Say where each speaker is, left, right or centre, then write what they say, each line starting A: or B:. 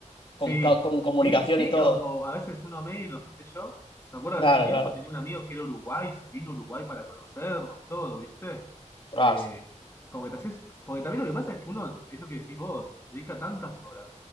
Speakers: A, on the left; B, on the left.
A: con,
B: Sí,
A: co- con comunicación
B: sí, sí,
A: y todo.
B: o, o a veces uno menos, qué sé yo. Me acuerdo
A: Claro,
B: hace un tiempo
A: claro.
B: tenía un amigo que era Uruguay, se vino a Uruguay para conocernos, todo, ¿viste?
A: Ostras.
B: Eh, como que te haces, porque también lo que pasa es que uno, es lo que decís vos, dedica tantas horas,